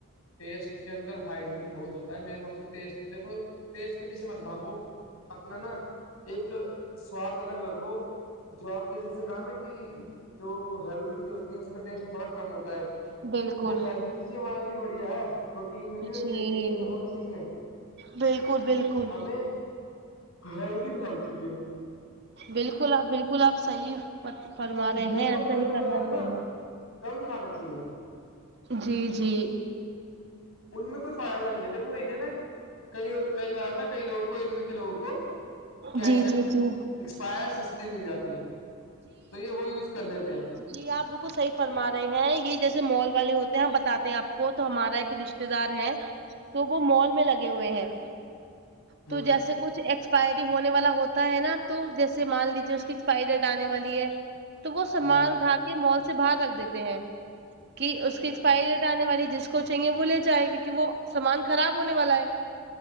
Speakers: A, on the left (about 70°); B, on the right (about 50°).
A: ٹیسٹ کے اندر ہائجین بہت ہوتا ہے میرے حساب سے ٹیسٹ دیکھو پیسٹ کے پیچھے مت بھاگو اپنا نا ایک سواد الگ رکھو جو آپ نے جیسے کہا نا کہ جو ہیلدی چیزیں ہوتی ہیں اس کا ٹیسٹ تھوڑا کم ہوتا ہے
B: بالکل
A: وہ ہیلدی چیزیں ہمارے لیے بڑھیا ہے پروٹین میں بھی اور
B: جی
A: پوٹین میں بھی ہر چیز میں
B: بالکل بالکل
A: ہمیں پل کی خال چ ہے
B: بالکل آپ بالکل آپ صیح فرما رہے
A: موموز
B: ہیں ایسا
A: برگر
B: ہی کرنا
A: وغیرہ نا
B: چاہیے
A: کم کھانا چاہیے
B: جی جی
A: ان میں کوئی فائدہ نہیں ہے دیکھو انیں نا کئی کئی بار نا کئی لوگوں کو ان میں ک لوگوں کو کیچ
B: جی
A: اپ
B: جی جی
A: ایکسپائر سستی مل جاتی ہیں تو یہ وہ یوز کر لیتے ہیں
B: جی آپ بالکل صحی فرما رہے ہیں یہ جیسے مال والے ہوتے ہیں ہم بتاتے ہیں آپ وہ تو ہمارا ایک رشتے دار ہے تو وہ مال میں لگے ہوئے ہیں
A: ہوں
B: تو جیسے کچھ ایک ایکسپائری ہونے والا ہوتا ہے نا تو جیسے مان لیجیے اس کی ایکسپائری ڈیٹ آنے والی ہے تو وہ سامان
A: ہوں
B: اٹھا کے مال سے باہر رکھ دیتے ہیں کہ اس کی ایکسپائری ڈیٹ آنے والی جس کو کو چاہے وہ لے جائے کیونکہ وہ سامان خراب ہونے والا ہے